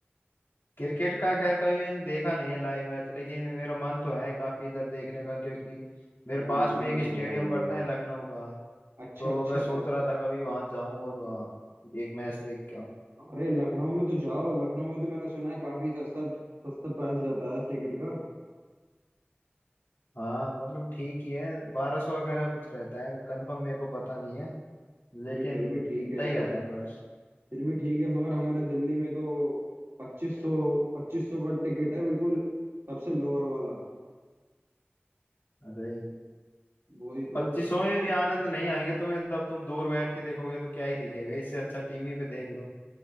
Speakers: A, on the left (about 65°); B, on the right (about 80°).
A: क्रिकेट का खैर कभी मैंने देखा नहीं है लाइव मैच लेकिन मेरा मन तो है काफी इधर देखने का क्योंकि मेरे
B: यार
A: पास
B: मन
A: में एक
B: तो
A: स्टेडियम
B: मेरा भी
A: पड़ता
B: है यार
A: है लखनऊ का
B: अच्छा
A: तो
B: अच्छा
A: मैं सोच रहा था कभी वहां जाऊं और वहाँ एक मैच देख के आऊं
B: अरे लखनऊ में तो जाओ लखनऊ में तो मैंने सुना है काफी सस्ता सस्ता प्राइस रहता है टिकट का
A: हाँ मतलब ठीक ही है बारह सौ वगैरह कुछ रहता है कंफर्म मेरे को पता नहीं है लेकिन
B: अरे फिर भी ठीक
A: इतना
B: है यार
A: ही रहता है प्राइस
B: फिर भी ठीक है मगर हमारे दिल्ली में तो पच्चीस सौ पच्चीस सौ का टिकट है बिल्कुल सबसे लोअर वाला
A: अरे
B: वही तो
A: पच्चीसों में भी आनंद नहीं आएंगे तुम्हें जब तुम दूर बैठ के देखोगे तो क्या ही दिखेगा इससे अच्छा टीवी पे देख लो